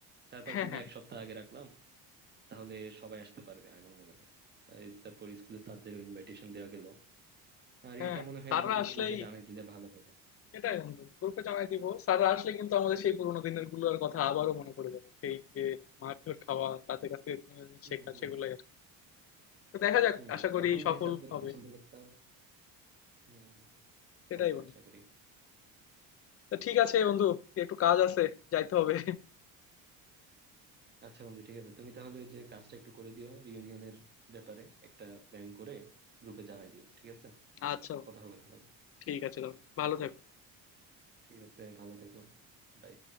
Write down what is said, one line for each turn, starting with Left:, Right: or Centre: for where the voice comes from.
Right: চার পাঁচ
Left: হ্যাঁ
Right: দিন
Left: হ্যাঁ
Right: বা এক সপ্তাহ আগে রাখলাম তাহলে সবাই আসতে পারবে আমার মনে হয় এই তারপর স্কুলে স্যারদেরও ইনভাইটেশন দেওয়া গেল আর
Left: হ্যাঁ
Right: এটা মনে হয়
Left: স্যাররা
Right: আমাদের
Left: আসলেই
Right: গ্রুপে জানিয়ে দিলে ভালো হবে
Left: এটাই বন্ধু গ্রুপে জানাই দিব স্যাররা আসলে কিন্তু আমাদের সেই পুরোনো দিনের গুলোর কথা আবারও মনে পড়ে যাবে সেই যে মারধর খাওয়া তাদের কাছ থেকে জিনিস জিনিস
Right: হুম
Left: শেখা
Right: হুম
Left: সেগুলাই আর কি। তো দেখা যাক
Right: হুম
Left: আশা করি
Right: তখন
Left: সফল
Right: যে স্যারদের
Left: হবে
Right: পছন্দ করতাম হুম
Left: সেটাই
Right: হবে
Left: বন্ধু
Right: আশা করি
Left: তো ঠিক আছে বন্ধু একটু কাজ আছে যাইতে হবে
Right: আচ্ছা বন্ধু ঠিক আছে তুমি তাহলে ওই যে কাজটা একটু করে দিও রিউনিয়নের ব্যাপারে একটা প্ল্যান করে গ্রুপে জানাই দিও ঠিক আছে
Left: আচ্ছা বন্ধু
Right: কথা হবে তাহলে
Left: ঠিক আছে তাহলে ভালো থাকো
Right: ঠিক আছে ভালো থেকো বাই